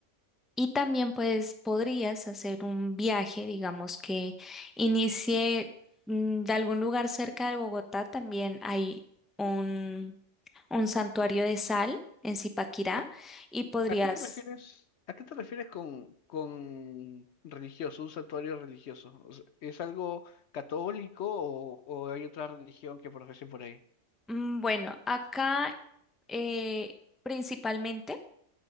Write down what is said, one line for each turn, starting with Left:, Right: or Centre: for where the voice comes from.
Centre: Y también pues podrías hacer un viaje, digamos que inicie mm, de algún lugar cerca de Bogotá, también hay un, un santuario de sal en Zipaquirá
Left: ¿A,
Centre: y podrías,
Left: a qué te refieres? ¿A qué te refieres con, con religioso, un santuario religioso? O sea, ¿es algo católico o, o hay otra religión que profesen por ahí?
Centre: mm, bueno, acá eh, principalmente